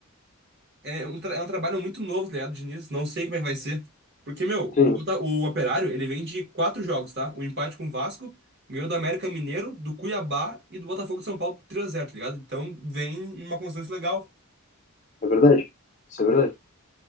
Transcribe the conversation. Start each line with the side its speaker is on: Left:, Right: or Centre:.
Right: É um, tra- é um trabalho muito novo, tá ligado, Diniz? Não sei como é que vai ser. Porque, meu,
Left: sim,
Right: o, Bota- o Operário, ele vem de quatro jogos, tá? O empate com o Vasco, ganhou do América Mineiro, do Cuiabá e do Botafogo de São Paulo por 3 a 0 tá ligado? Então, vem uma constância legal.
Left: É verdade. Isso é verdade.